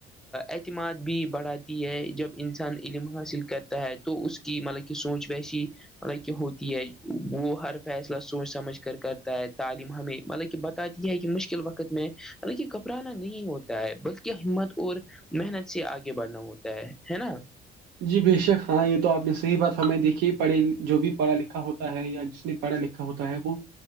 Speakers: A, in the centre; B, on the right.
A: اعتماد بھی بڑھاتی ہے جب انسان علم حاصل کرتا ہے تو اس کہ مطلب کہ سوچ ویسی مطلب کہ ہوتی ہے وہ ہر فیصلہ سوچ سمجھ کر کرتا ہے تعلیم ہمیں مطلب کہ بتاتی ہے کہ مشکل وقت میں مطلب کہ گھبرانا نہیں ہوتا ہے بلکہ ہمت اور محنت سے آگے بڑھنا ہوتا ہے ہے نا
B: جی بےشک ہاں یہ تو آپ نے صح بات ہم دیکھی پڑے جو بھی پڑھا لکھا ہوتا ہے یا جس نے پڑھا لکھا ا ہوتا ہے وہ